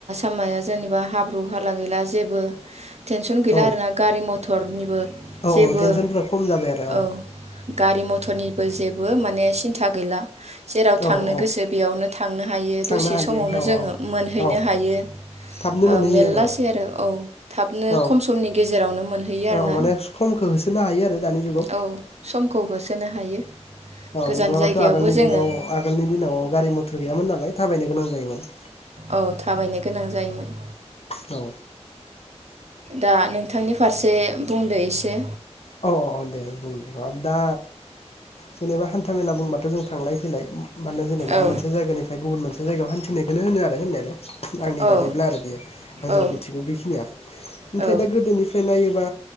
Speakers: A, on the right (about 70°); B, on the left (about 60°).
A: माया जेनेबा हाब्रु हाला गैला जेबो टेनसन गैला
B: औ
A: आरोना गारि म टरनिबो
B: औ
A: जेबो
B: टेनसनफ्रा खम जाबाय आरो
A: औ गारि मटरनि बो जेबो माने सिन्था गैला। जेराव थांनो
B: औ औ
A: गोसो बेयावनो थांनो हायो दसे
B: थांनो हायो
A: समावनो
B: औ
A: जोङो।
B: औ
A: मोनहैनो
B: औ
A: हायो।
B: थाबनो मोनहैयो
A: ओ मेरलासै आरो औ थाबनो
B: औ
A: खम समनि गेजेरावनो मोनहैयो आरोना।
B: औ माने समखौ होसोनो हायो आरो दानि जुगाव
A: औ समखौ होसोनो हायो।
B: अ
A: गोजान
B: नङाबाथ'
A: जायगायावबो
B: आगोलनि
A: जोङो
B: जुगाव आगोलनि दिनाव गारि मथर गैयामोन नालाय थाबायनो गोनां जायोमोन
A: औ थाबायनो गोनां जायोमोन।
B: औ
A: दा नोंथांनि फारसे बुंदो एसे।
B: औ औ औ दे बुंनो दा। जेनेबा हानथा मेला बुंबाथ' जों थांलाय फैलाय। मानोे जेनेबा
A: औ
B: मोनसे जायगानिफ्राय गुबुन मोनसे। जायगायाव हान्थिनायखौनो होनो आरो होननायालाय। आंनि
A: औ
B: बादिब्ला आरो बेयो आं जा
A: औ
B: मिथिगौ बेखिनिया ओमफ्राय
A: औ औ
B: दा गोदोनिफ्राय नायो बा